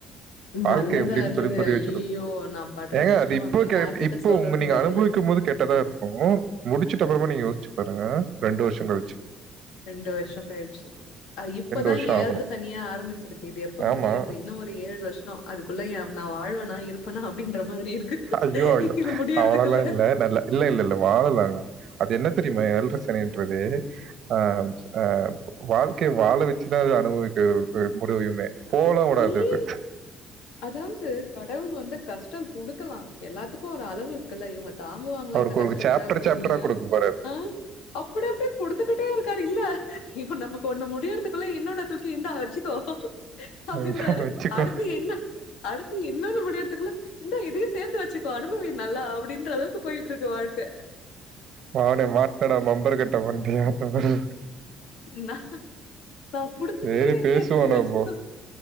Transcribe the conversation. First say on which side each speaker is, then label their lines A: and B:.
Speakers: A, on the right; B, on the left.
A: வாழ்க்க
B: நல்லதா
A: எப்டின்
B: அது
A: சொல்லி புரி
B: ஐயயோ
A: வெச்சிர்ரோ
B: நா படுற
A: ஏங்க
B: கஷ்டோ
A: அது இப்போ
B: வந்து
A: கே
B: யார்கிட்ட
A: இப்போ
B: சொல்றதுன்
A: உங்க நீங்க
B: தெரியல
A: அனுபவிக்கும் போது கேட் டதா இருக்கோ முடிச்சுட்டுப்பறமா நீ யோஸ்சு பாருங்க ரெண்டு வருஷோ கழிச்சி
B: ரெண்டு வர்ஷோ கழிச்சி அ இப்பதா
A: வருஷம்
B: ஏழ்ர
A: ஆகணும்.
B: சனியே ஆரம்பிச்சிருக்கு இது எப்போ
A: ஆமா.
B: முடியர்து இன்னு ஒரு ஏழு வர்ஷோ அதுக்குள்ளே ஏ நா வாழ்வனா இருப்பனா அப்டின்ற மாதிரி இருக்கு
A: ஐயோ! ஐயோ!
B: இது முடியறதுக்குள்ள
A: அவ்வளோலாம் இல்ல. நல்லா இல்ல இல்ல இல்ல வாழலாங்க அது என்ன தெரியுமா ஏல்ர சனின்றது அ அ வாழ்க்கைய வாழ வச்சுதா அனுபவிக்க <unintelligible> முடியுமே போலா உடாது
B: இல்
A: அது
B: அதாவது கடவுள் வந்து கஷ்டோ குடுக்கலா எல்லாதுக்கு ஒரு அளவு இருக்கு இல்ல இவங்க தாங்குவாங்களா
A: அவருக்கு
B: இந்த கஷ்டத்த
A: ஒரு சாப்டர்
B: அப்டின்னு
A: சாப்டரா குடுக்க போறாரு.
B: ஆ அப்டி அப்டி குடுத்துக்கிட்டே இருக்காரு இல்ல அய்யோ நமக்கு ஒண்ணு முடியறதுக்குள்ள இன்னொன்ன தூக்கி இந்தா வச்சுக்கோ அப்டின்றாரு
A: என்ன வச்சுக்கோ.
B: அடுத்து என்ன அடுத்து இன்னொன்னு முடியர்த்துகுல்ல இந்தா இதையு சேத்து வச்சுக்கோ அனுபவி நல்லா அப்டின்ற அளவுக்கு போயிட்ருக்கு வாழ்க்க
A: மவனே மாட்னடா பம்பரகட்ட மண்டயா அத்த மாரி
B: நா நா குடுத்துக்கிட்டே
A: சரி
B: இருக்கே
A: பேசுவோம்
B: நீ வெச்சுக்கோ
A: நம்போ.